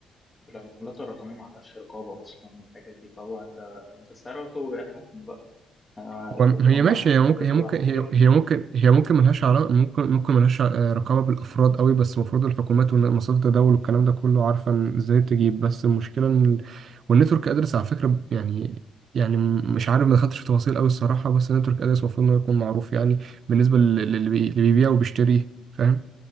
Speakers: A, on the left (about 20°); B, on the right (about 60°).
A: العملات الرقمية ما عليهاش رقابة أصلا والحاجات دي فهو أنت أنت سعرته حتمي بقى آه،
B: هو-
A: الحكومة
B: هي
A: ما
B: ماشي
A: ما لهاش
B: هي ممكن
A: رقابة
B: هي ممكن هي
A: هيجيبك
B: هي
A: منين؟
B: ممكن هي ممكن ملهاش علاقة ممكن ممكن ملهاش آه، رقابة بالأفراد قوي بس المفروض الحكومات ومنصات التداول والكلام ده كله عارفة إن ازاي تجيب بس المشكلة ان ال... والنتورك ادرس على فكرة يعني يعني م- مش عارف ما دخلتش في تفاصيل قوي الصراحة بس النتورك ادرس المفروض انه يكون معروف يعني بالنسبة لل- للي بي- اللي بيبيع وبيشتري فاهم